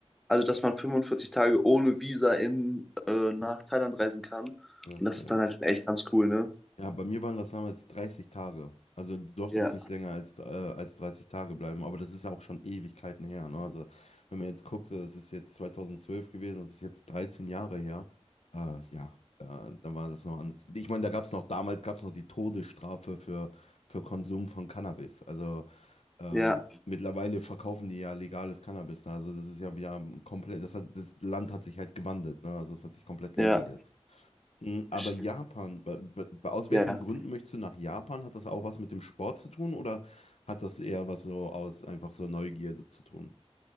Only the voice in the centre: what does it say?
Also, dass man 45 Tage ohne Visa in, äh, nach Thailand reisen kann. Und
das
ist dann halt schon echt ganz cool, ne?
Ja,
ja,
ja.
Ich-
Ja.